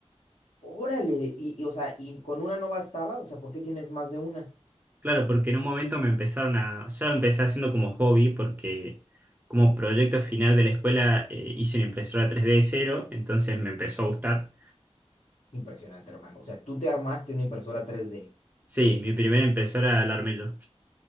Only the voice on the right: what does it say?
Claro, porque en un momento me empezaron a, yo empecé haciendo como hobby, porque como proyecto final de la escuela eh, hice una impresora 3D de cero, entonces me empezó a gustar.
Sí, mi primera impresora la armé yo.